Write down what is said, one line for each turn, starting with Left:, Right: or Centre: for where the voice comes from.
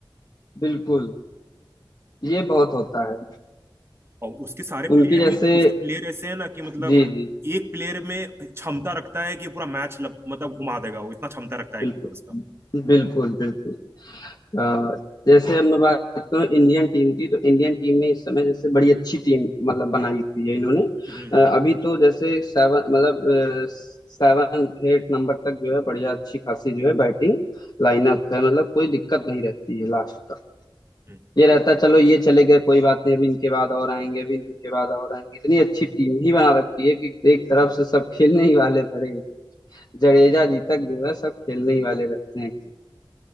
Left: बिल्कुल ये बहुत होता है
Right: और उसके सारे
Left: उनकी
Right: प्लेयर
Left: जैसे
Right: भी उसके प्लेयर ऐसे हैं ना कि मतलब
Left: जी जी
Right: एक प्लेयर में क्षमता रखता है कि पूरा मैच लग, मतलब घुमा देगा वो इतना क्षमता रखता है
Left: बिल्कुल
Right: प्लेयर उसका
Left: बिल्कुल बिल्कुल अ, जैसे अब मैं बात करूँ इंडियन टीम की तो इंडियन टीम में इस समय जैसे बड़ी अच्छी टीम मतलब बनाई हुई है इन्होंने
Right: हम्म हम्म,
Left: अ, अभी तो जैसे सेवन मतलब सेवन एट नंबर तक जो है बढ़िया अच्छी खासी जो है बैटिंग लाइनअप है मतलब कोई दिक्कत नहीं रहती है लास्ट तक
Right: हम्म।
Left: ये रहता है, चलो ये चले गए कोई बात नहीं अभी इनके बाद और आएंगे अभी इनके बाद और आएंगे इतनी अच्छी टीम ही बना रखी है कि एक तरफ से सब खेलने ही वाले भरे हुए हैं। जडेजा जी तक जो है सब खेलने ही वाले रहते हैं